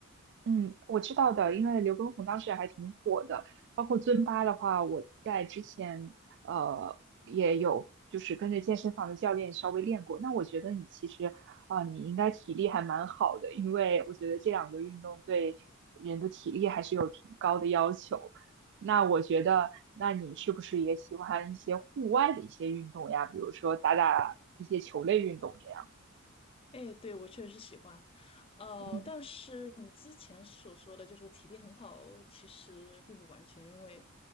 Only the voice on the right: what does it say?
嗯，我知道的，因为刘畊宏当时还挺火的，包括尊巴的话，我在之前呃也有就是跟着健身房的教练稍微练过。那我觉得你其实啊、呃你应该体力还蛮好的，因为我觉得这两个运动对人的体力还是有挺高的要求。那我觉得，那你是不是也喜欢一些户外的一些运动呀？比如说打打一些球类运动这样。
嗯